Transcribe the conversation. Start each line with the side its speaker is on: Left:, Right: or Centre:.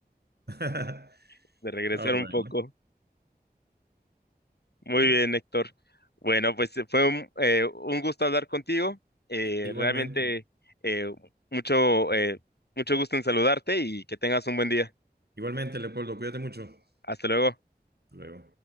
Right: <laughs>
Left: <laughs> de regresar
Right: Ah, bueno.
Left: un poco. Muy
Right: Bueno,
Left: bien, Héctor. Bueno, pues eh, fue un, eh, un gusto hablar contigo. Eh,
Right: i- igualmente,
Left: realmente eh, mucho, eh, mucho gusto en saludarte y que tengas un buen día.
Right: igualmente, Leopoldo, cuídate mucho. Hasta
Left: Hasta luego.
Right: Luego.